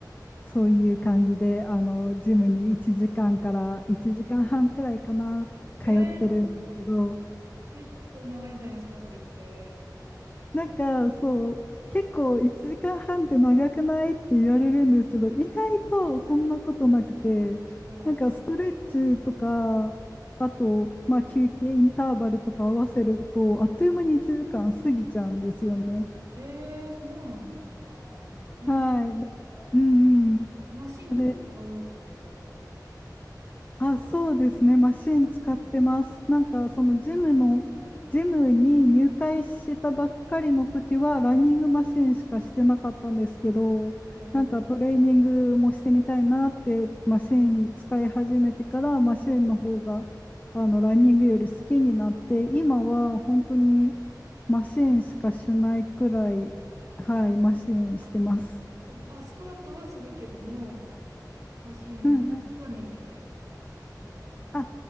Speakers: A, on the left; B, on the right.
A: そういう感じで、あの、ジムに1時間かんから1時間半くらいかな、通ってるんですけど、
B: へえ、結構長いんじゃないですかそれって。
A: なんかそう、結構1時間半って長くないって言われるんですけど、意外とそんなことなくて、
B: はい。
A: なんかストレッチとか、あと、まあ、休憩インターバルとか合わせると、あっという間に1時間過ぎちゃうんですよね。
B: へえ、そうなんですね。なんか、
A: はい。だから、うんうん。
B: マシンとか使うってことですか、
A: それ
B: じゃあ。
A: あ、そうですね。マシン使ってます。なんか、そのジムの、ジムに入会したばっかりの時は、ランニングマシンしかしてなかったんですけど、
B: はいはい。
A: なんかトレーニングもしてみたいなって、マシン使い始めてから、マシンの方が、あの、ランニングより好きになって、今は本当にマシンしかしないくらい、はい、マシンしてます。
B: あ、そう、あ、スクワットはするけども、マシンがメインみたいな感じなんですか、
A: うんうん
B: じゃあ。
A: あ、